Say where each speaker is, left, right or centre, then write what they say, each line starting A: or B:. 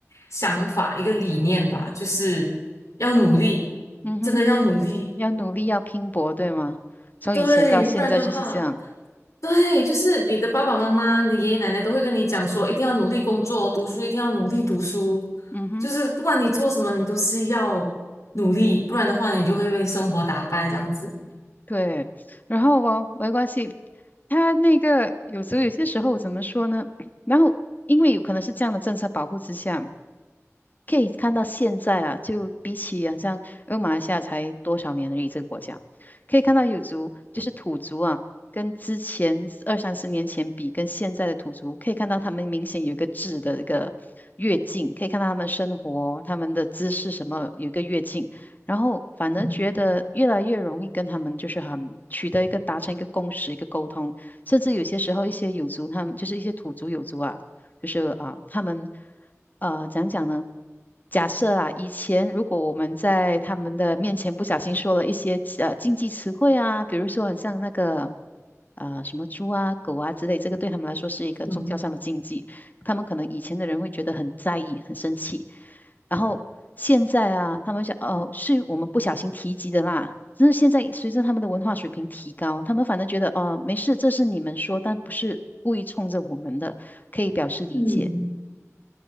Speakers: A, on the left; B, on the left.
A: 想法，一个理念吧，就是要努力，
B: 嗯哼，
A: 真的要努力，
B: 要要努力，要拼搏，对吗？从以前到现在就是这样。
A: 对，不然的话，对，就是你的爸爸妈妈、你的爷爷奶奶都会跟你讲说，一定要努力工作，读书一定要努力读书，
B: 嗯哼。
A: 就是不管你做什么，你都是要努力，不然的话，你就会被生活打败这样子。
B: 对，然后哦，没关系，他那个有时候有些时候怎么说呢？<clears throat> 然后因为有可能是这样的政策保护之下。可以看到现在啊，就比起好像因为马来西亚才多少年而已，这个国家可以看到有族就是土族啊，跟之前二三十年前比，跟现在的土族可以看到他们明显有一个质的一个跃进，可以看到他们生活、他们的姿势什么有一个跃进，然后反而觉得越来越容易跟他们就是很取得一个达成一个共识、
A: 嗯
B: 一个沟通，甚至有些时候一些有族他们就是一些土族有族啊。就是啊、呃他们呃，讲讲呢？假设啦，以前如果我们在他们的面前不小心说了一些呃禁忌词汇啊，比如说很像那个呃什么猪啊、狗啊之类，这个对他们来说是一个宗教上的禁忌，
A: 嗯。
B: 他们可能以前的人会觉得很在意、很生气。然后现在啊，他们想哦，是我们不小心提及的啦。但是现在随着他们的文化水平提高，他们反而觉得哦，没事，这是你们说，但不是故意冲着我们的，可以表示理解。
A: 嗯。